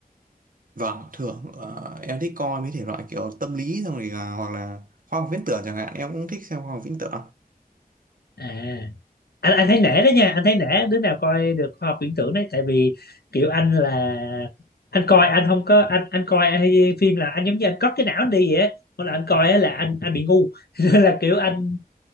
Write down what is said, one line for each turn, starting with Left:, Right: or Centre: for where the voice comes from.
Right: vâng thường ờ, em thích coi mấy thể loại kiểu tâm lý xong rồi là, hoặc là khoa học viễn tưởng chẳng hạn em cũng thích xem khoa học viễn tưởng
Left: à anh anh thấy nể đó nha anh thấy nể đứa nào coi được khoa học viễn tưởng đấy tại vì kiểu anh là anh coi anh không có anh anh coi anh hay phim là anh giống như anh cất cái não anh đi vậy á mỗi lần anh coi á là anh anh bị ngu <laughs> nên là kiểu anh